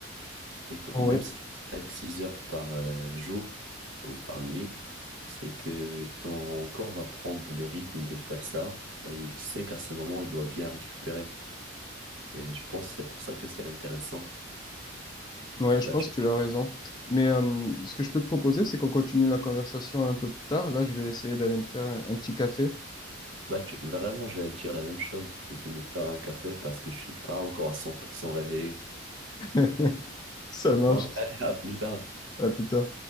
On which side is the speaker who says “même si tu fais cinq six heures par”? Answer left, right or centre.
Right